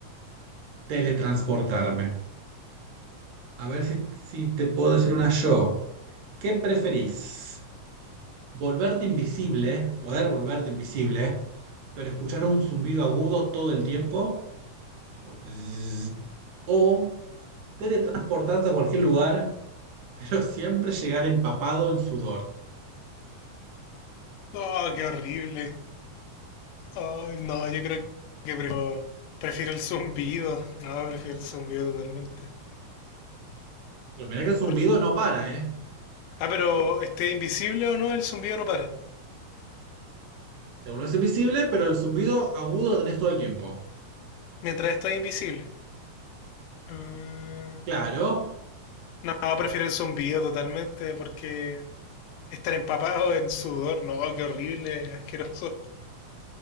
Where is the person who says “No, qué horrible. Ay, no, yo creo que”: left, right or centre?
Left